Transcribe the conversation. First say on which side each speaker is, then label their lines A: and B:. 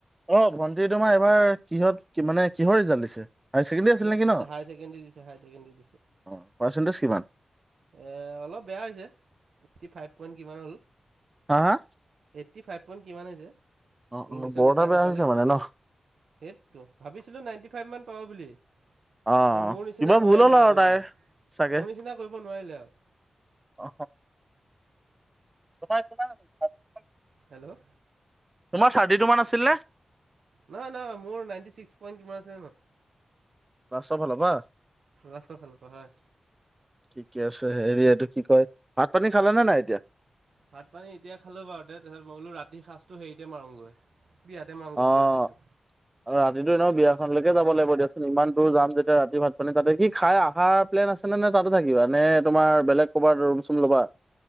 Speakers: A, on the right; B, on the right.
A: অ', ভণ্টি তোমাৰ এবাৰ কিহত মানে কিহৰ ৰিজাল্ট দিছে? হায়াৰ ছেকেণ্ডেৰী আছিল
B: এই
A: নেকি ন' অ',
B: হায়াৰ ছেকেণ্ডেৰী দিছে হায়াৰ ছেকেণ্ডেৰী দিছে।
A: পাৰ্চেণ্টেজ কিমান?
B: এ অলপ বেয়া হৈছে ফাইভ পইণ্ট কিমান হ'ল,
A: হা হা
B: এইটি ফাইভ পইণ্ট কিমান আহিছে।
A: অ অ
B: ইংলিছত
A: বৰ
B: লেটাৰ
A: এটা বেয়া
B: নাপালে,
A: হৈছে মানে ন
B: সেটো ভাবিছিলোঁ নাইনটি ফাইভ মান পাব বুলি।
A: অ',
B: এ মোৰ নিচিনা
A: কিবা
B: নোৱাৰিলে
A: ভুল হ'ল আৰু
B: কৰিবলৈ
A: তাইৰ চাগে।
B: মোৰ নিচিনা কৰিব নোৱাৰিলে আৰু।
A: অ তোমাৰ <unintelligible>
B: হেল্ল'
A: তোমাৰ থাৰ্টি টু মান আছিল নে?
B: নহয়, নহয়, মোৰ নাইনটি চিক্স পইট কিমান আছিলে ন'
A: বা চব হলাৱা?
B: লাষ্টৰ ফালৰ পৰা হয়।
A: ঠিকে আছে হেৰি এইটো কি কয় ভাত পানী খালে নে নাই এতিয়া?
B: ভাত পানী এতিয়া খালো বাৰু তে তাৰপিছত মই বোলো ৰাতি সাঁজটো হেৰিতে মাৰোঁগৈ। বিয়াতে মাৰোঁগৈ
A: অ',
B: বুলি ভাবিছোঁ
A: আৰু ৰাতটো এনেও বিয়াখনলৈকে যাব লাগিব দিয়াচোন ইমান দূৰ যাম যেতিয়া ৰাতি ভাত পানী তাতে, কি খাই আহা প্লেন আছে নে নে তাতে থাকিবা নে? তোমাৰ বেলেগ ক'বাত ৰুম চুম ল'বা?